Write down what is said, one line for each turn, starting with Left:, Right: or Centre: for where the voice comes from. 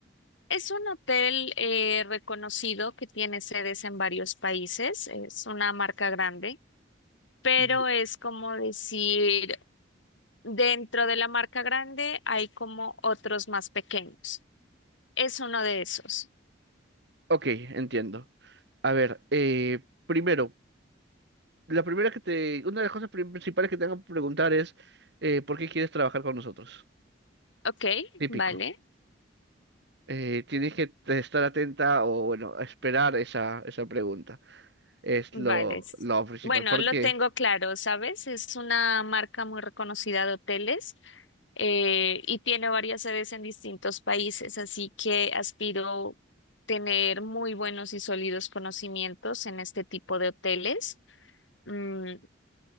Left: Es un hotel eh, reconocido que tiene sedes en varios países. Es una marca grande, pero
Right: Ye-
Left: es como decir Dentro de la marca grande hay como otros más pequeños. Es uno de esos.
Right: Ok, entiendo. A ver, eh, primero, la primera que te, una de las cosas prim- principales que te van a preguntar es eh, ¿por qué quieres trabajar con nosotros?
Left: Ok,
Right: Típico.
Left: vale,
Right: Eh, tienes que te- estar atenta o bueno, esperar esa, esa pregunta. Es
Left: vale.
Right: lo,
Left: sí.
Right: lo principal.
Left: Bueno,
Right: ¿Por
Left: lo
Right: qué?
Left: tengo claro, ¿sabes? Es una marca muy reconocida de hoteles eh, y tiene varias sedes en distintos países, así que aspiro tener muy buenos y sólidos conocimientos en este tipo de hoteles. Mm,